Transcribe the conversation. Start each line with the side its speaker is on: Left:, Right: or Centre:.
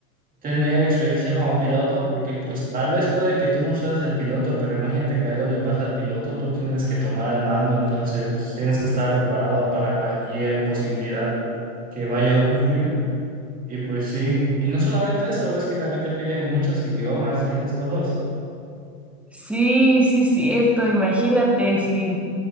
Right: tener experiencia como piloto, porque pues tal vez puede que tú no seas el piloto, pero imagínate que algo le pasa al piloto, tú tienes que tomar el mando, entonces tienes que estar preparado para cualquier posibilidad que vaya a ocurrir. Y pues sí, y no solamente eso, ves que también te piden muchos idiomas y esas cosas.
Centre: Sí, sí, cierto. Imagínate si